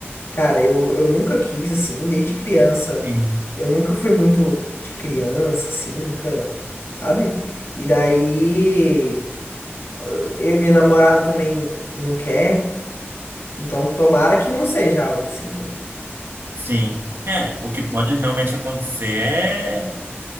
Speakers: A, on the left; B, on the right.
A: Cara, eu, eu nunca quis assim, desde criança.
B: sim,
A: Eu nunca fui muito de criança assim, nunca, sabe? E daí eu, minha namorada também não quer, então tomara que não seja algo assim, né?
B: sim. É, o que pode realmente acontecer é,